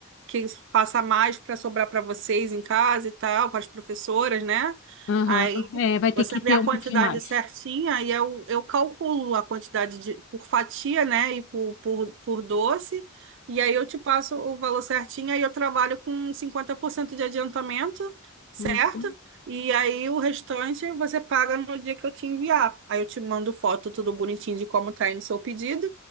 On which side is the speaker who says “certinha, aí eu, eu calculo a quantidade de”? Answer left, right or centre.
Right